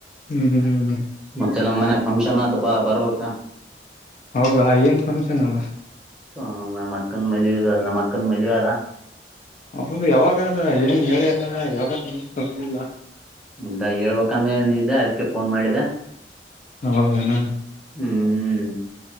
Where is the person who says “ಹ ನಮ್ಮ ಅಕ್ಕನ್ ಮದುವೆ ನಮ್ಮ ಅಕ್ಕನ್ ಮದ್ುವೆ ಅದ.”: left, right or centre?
Centre